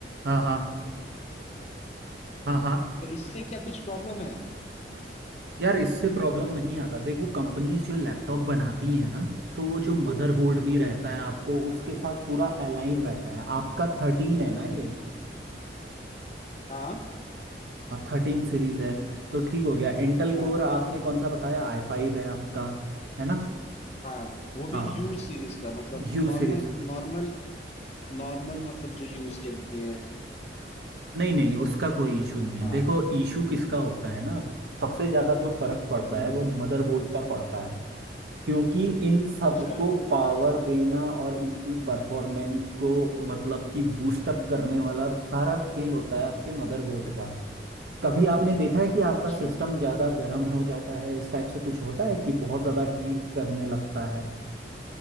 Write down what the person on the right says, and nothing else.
हाँ हाँ हाँ हाँ
यार इससे प्रॉब्लम नहीं आता देखो कंपनीज जो लैपटॉप बनाती है ना तो वो जो मदरबोर्ड भी रहता है आपको उसके साथ पूरा अलाइन रहता है आपका थर्टीन है ना ये
थर्टीन सीरीज है तो ठीक हो गया इंटेल
कोर आपने कौन सा बताया आई फाइव है आपका है ना
हाँ
यू
सीरीज
नहीं नहीं उसका कोई इशू नहीं है
देखो इशू किसका होता है ना सबसे ज़्यादा जो फर्क पड़ता
है वो मदरबोर्ड का पड़ता है क्योंकि इन सबको
पावर देना और इनकी परफॉर्मेंस को मतलब कि बूस्टअप करने वाला सारा खेल होता है आपके मदरबोर्ड का कभी आपने देखा है कि आपका
सिस्टम ज्यादा गर्म हो जाता है इस टाइप से कुछ होता है कि बहुत ज्यादा हीट करने लगता है